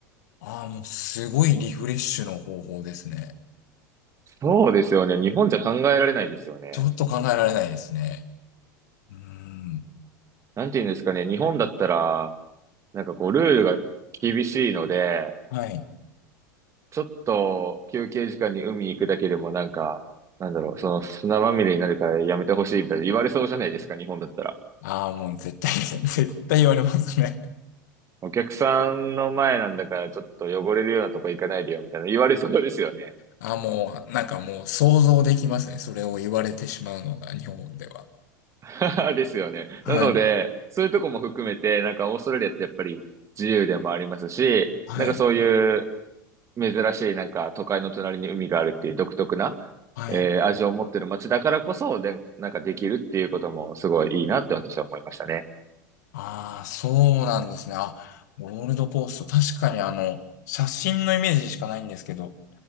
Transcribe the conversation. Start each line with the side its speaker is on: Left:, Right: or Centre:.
Left: ああ、もう、すごいリフレッシュの方法ですね。
Right: そうですよね。日本じゃ考えられないですよね。
Left: ちょっと考えられないですね。うーん。
Right: なんて言うんですかね。日本だったら、なんかこう、ルールが厳しいので、
Left: はい。
Right: ちょっと休憩時間に海行くだけでもなんか、なんだろう、その砂まみれになるからやめてほしいみたいな言われそうじゃないですか、日本だったら。
Left: ああ、もう、絶対 <laughs> 絶対言われますね。
Right: お客さんの前なんだからちょっと汚れるようなとこ行かないでよみたいな言われそうですよね。
Left: ああ、もう、なんかもう、想像できますね。それを言われてしまうのが、日本では。
Right: <laughs> ですよね。
Left: はい。
Right: なので、そういうとこも含めて、なんかオーストラリアってやっぱり自由でもありますし、
Left: はい。
Right: なんかそういう珍しいなんか都会の隣に海があるっていう独特な、
Left: はい。
Right: えー味を持ってる街だからこそ、で、なんかできるっていうこともすごいいいなって私は思いましたね。
Left: ああ、そうなんですね。あ、ゴールドコースト。確かに、あの、写真のイメージしかないんですけど、